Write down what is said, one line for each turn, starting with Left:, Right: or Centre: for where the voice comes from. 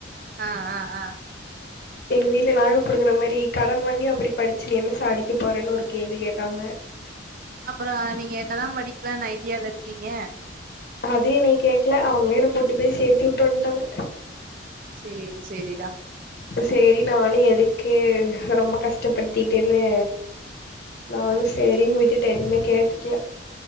Right: ஆ ஆ ஆ
Left: <inaudible> எங்க வீட்ல நாக்க புடுங்கற மாரி கடன் வாங்கி அப்டி படிச்சி நீ என்ன சாதிக்க போறன்னு ஒரு கேள்வி கேட்டாங்க
Right: அப்பறோ நீங்க என்னதா படிக்லான் ஐடியால இருக்கீங்க
Left: அது என்னய கேக்ல அவங்களே என்ன கூட்டு பேய் சேத்து விட்டு வன்ட்டாங்க
Right: சேரி செரிடா
Left: சேரி நானு எதுக்கு ரொம்ப கஷ்டப்படுத்திட்டுன்னு நானு சேரின்னு விட்டுட்ட எதுமே கேட்டுக்ல